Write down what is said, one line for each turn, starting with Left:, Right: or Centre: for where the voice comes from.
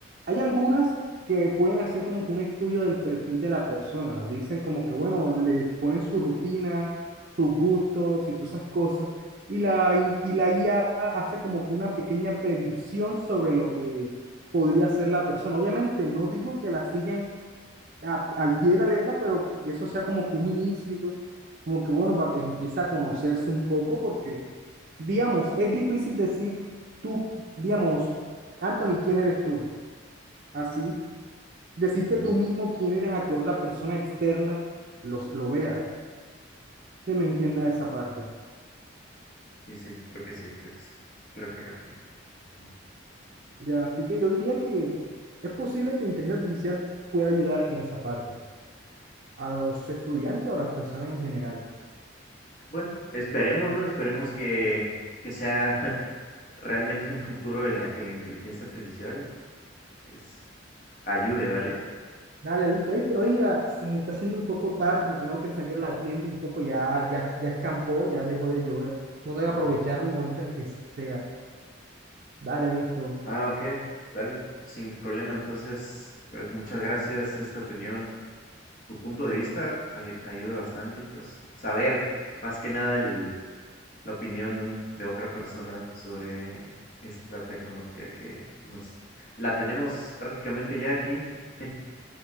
Right: hay algunas que pueden hacer como que un estudio del perfil de la persona. Dicen como que bueno, le ponen su rutina, sus gustos y todas esas cosas, y la, i- y la IA hace como que una pequeña predicción sobre lo que podría ser la persona. Obviamente, no digo que la sigan a- al pie de la letra, pero que eso sea como que un inicio, como que bueno, para que empiece a conocerse un poco, porque, digamos, es difícil decir tú, digamos, Anthony, ¿quién eres tú? Así, decirte
Left: ujú,
Right: tú mismo quién eres a que otra persona externa los, lo vea, que me entiendas esa parte.
Left: Sí, sí, creo que sí, creo que sí, creo que... capté, ujú.
Right: Ya, así que yo diría que es posible que la inteligencia artificial pueda ayudar en esa parte, a los estudiantes o a las personas en general.
Left: Bueno, esperemos, ¿no? Esperemos que, que sea <laughs> realmente un futuro en la que la inteligencia artificial es, ayude, ¿vale?
Right: Dale, listo. Ey, pero ey, mira, se me está haciendo un poco tarde, tengo que salir a la tienda un poco, ya, ya, ya escampó, ya dejó de llover. Tengo que aprovechar un momento en que sea. Dale, listo.
Left: Ah, ok, dale, sin problema. Entonces, pues muchas gracias esta opinión. Tu punto de vista ay- ayuda bastante y pues saber más que nada el, la opinión de, un- de otra persona sobre esta tecnología que nos la tenemos prácticamente ya aquí, <laughs>